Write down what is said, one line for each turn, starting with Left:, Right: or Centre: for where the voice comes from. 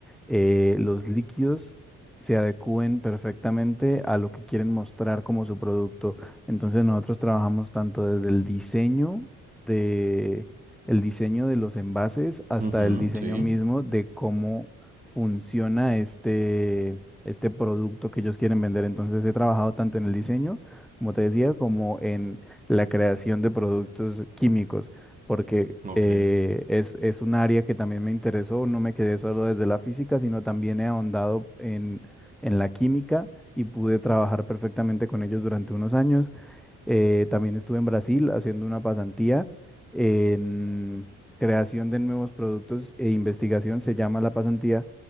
Centre: eh, los líquidos se adecúen perfectamente a lo que quieren mostrar como su producto. Entonces nosotros trabajamos tanto desde el diseño de, el diseño de los envases hasta
Right: Ujú,
Centre: el diseño
Right: sí,
Centre: mismo de cómo funciona este, este producto que ellos quieren vender. Entonces he trabajado tanto en el diseño, como te decía, como en la creación de productos químicos, porque
Right: ok,
Centre: eh, es, es un área que también me interesó, no me quedé solo desde la física, sino también he ahondado en, en la química y pude trabajar perfectamente con ellos durante unos años eh, también estuve en Brasil haciendo una pasantía en creación de nuevos productos e investigación, se llama la pasantía,